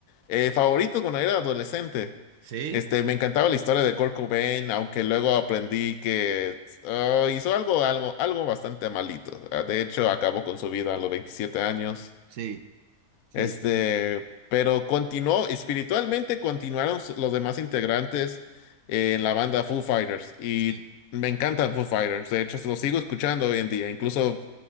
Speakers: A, on the left; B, on the right.
A: eh, favoritas cuando era adolescente.
B: Sí,
A: Este, me encantaba la historia de Kurt Cobain, aunque luego aprendí que ah, hizo algo, algo, algo bastante malito. Ah, De hecho, acabó con su vida a los 27 años.
B: sí, sí.
A: Este, pero continuó, espiritualmente continuaron s- los demás integrantes eh, en la banda Foo Fighters. Y
B: sí.
A: me encanta Foo Fighters. De hecho, lo sigo escuchando hoy en día. Incluso